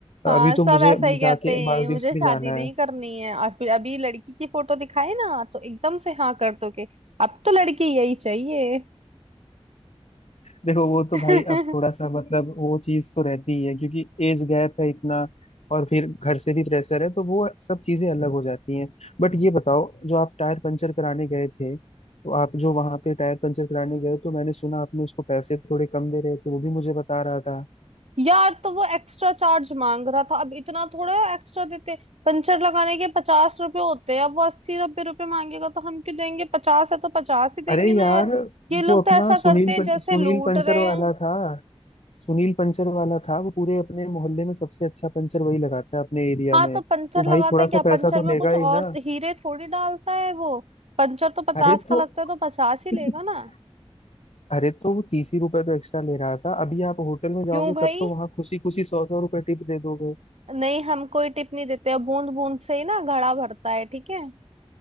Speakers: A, on the right (about 75°); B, on the left (about 80°).
A: हाँ
B: अभी
A: सब
B: तो मुझे
A: ऐसा ही कहते
B: जाके
A: हैं
B: मालदीव्स
A: मुझे शादी
B: भी जाना
A: नहीं
B: है
A: करनी है और फिर अभी लड़की की फोटो दिखाए ना तो एकदम से हाँ कर दोगे अब तो लड़की यही चाहिए
B: देखो वो तो
A: <laughs>
B: भाई अब थोड़ा सा मतलब वो चीज तो रहती ही है क्योंकि एज गैप है इतना और फिर घर से भी प्रेशर है तो वो सब चीजें अलग हो जाती हैं बट ये बताओ जो आप टायर पंचर कराने गए थे तो आप जो वहां पे टायर पंचर कराने गए तो मैंने सुना आपने उसको पैसे थोड़े कम दे रहे थे वो भी मुझे बता रहा था
A: यार तो वो एक्स्ट्रा चार्ज मांग रहा था अब इतना थोड़ा एक्स्ट्रा देते पंचर लगाने के पचास रुपए होते हैं अब वो अस्सी नब्बे रुपए मांगेगा तो हम क्यों देंगे पचास है तो पचास ही देंगे
B: अरे
A: ना
B: यार
A: यार ये लोग
B: वो अपना
A: तो ऐसा
B: सुनील
A: करते हैं
B: पं,
A: जैसे
B: सुनील
A: लूट
B: पंचर
A: रहे
B: वाला
A: हैं
B: था सुनील पंचर वाला था वो पूरे अपने मोहल्ले में सबसे अच्छा पंचर वही लगाता है अपने एरिया
A: हाँ
B: में
A: तो
B: तो
A: पंचर
B: भाई
A: लगाता
B: थोड़ा
A: है
B: सा
A: क्या पंचर
B: पैसा तो
A: में
B: लेगा
A: कुछ
B: ही
A: और
B: ना
A: हीरे थोड़ी डालता है वो पंचर तो पचास
B: अरे तो
A: का लगता है तो पचास ही लेगा
B: <laughs>
A: ना
B: अरे तो वो तीस ही रुपए तो एक्स्ट्रा ले रहा था अभी आप होटल में
A: क्यों
B: जाओगे
A: भाई
B: तब तो वहां खुशी खुशी सौ सौ रुपए टिप दे दोगे
A: नहीं हम कोई टिप नहीं देते बूंद बूंद से ही ना घड़ा भरता है ठीक है